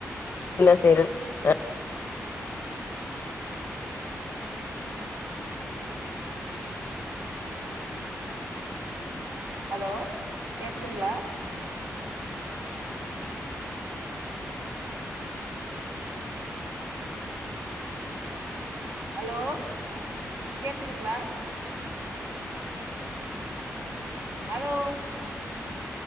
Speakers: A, on the left; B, on the right.
A: என்ன செய்றது அ
B: ஹலோ கேக்குதுங்களா ஹலோ கேக்குதுங்களா ஹலோ